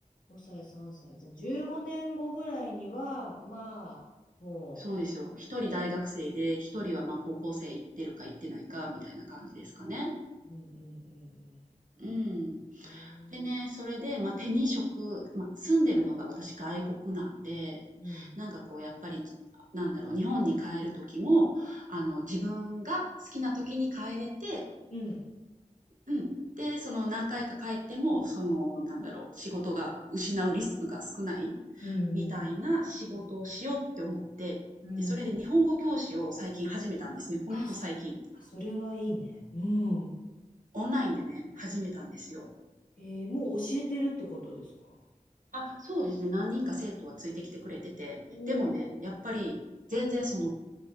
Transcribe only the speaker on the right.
そうですよ。一人大学生で、一人はまあ高校生行ってるか行ってないかみたいな感じですかね。
うん。
でね、それで、まあ、手に職、まあ、住んでるのが私外国なんで、
なんかこうやっぱり、なんだろう、日本に帰る時も、あの、自分が好きな時に帰れて、
うん。で、その何回か帰っても、その、なんだろう、仕事が失うリスクが少ない
みたいな仕事をしようって思って、
で、それで日本語教師を最近始めたんですね。ほんと最近。
オンラインでね、始めたんですよ。
あ、そうですね。何人か生徒はついてきてくれてて、
でもね、やっぱり全然その、ん